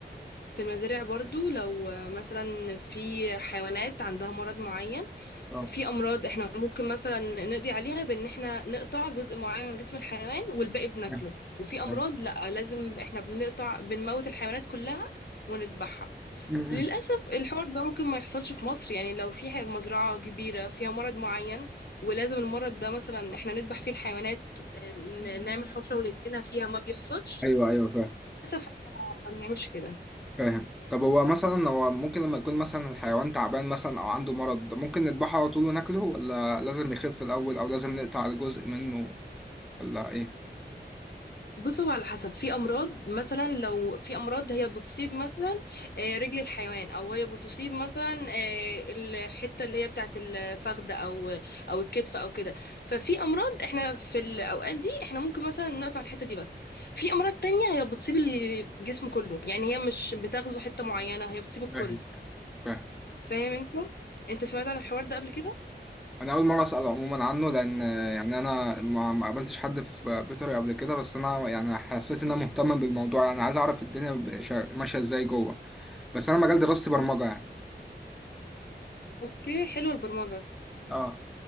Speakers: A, on the left; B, in the centre.
A: في المزارع برضو لو آه، مثلا في حيوانات عندها مرض معين
B: اه
A: في أمراض احنا ممكن مثلا نقضي عليها بإن احنا نقطع جزء معين من جسم الحيوان والباقي بناكله
B: فاهم
A: وفي أمراض
B: فاهم.
A: لأ لازم احنا بنقطع بنموت الحيوانات كلها ونذبحها
B: م-م.
A: للأسف الحوار ده ممكن ما يحصلش في مصر يعني لو في حي- مزرعة كبيرة فيها مرض معين ولازم المرض ده مثلا احنا نذبح فيه الحيوانات آه، ن- نعمل حفرة وندفنها فيها ما بيحصلش
B: ايوه ايوه فاهم
A: للأسف ما بنعملش كده
B: فاهم طب هو مثلا هو ممكن لما يكون مثلا الحيوان تعبان مثلا او عنده مرض ممكن نذبحه على طول وناكله ولا لازم يخف الاول او لازم نقطع جزء منه ولا ايه
A: بص هو على حسب في امراض مثلا لو في امراض هي بتصيب مثلا آه، رجل الحيوان او هي بتصيب مثلا آه، الحته اللي هي بتاعه الفخذ او او الكتف او كده ففي امراض احنا في الاوقات دي احنا ممكن مثلا نقطع الحته دي بس في امراض تانية هي بتصيب الجسم كله يعني هي مش بتغزو حته معينه هي بتصيب الكل
B: فاهم فاهم
A: فاهم انت انت سمعت عن الحوار ده قبل كده
B: انا اول مره اسال عموما عنه لان يعني انا ما ما قابلتش حد في بيطري قبل كده بس انا يعني حسيت ان انا مهتم بالموضوع يعني عايز اعرف الدنيا شا- ماشيه ازاي جوه بس انا مجال دراستي برمجه يعني
A: اوكي حلوه البرمجه
B: اه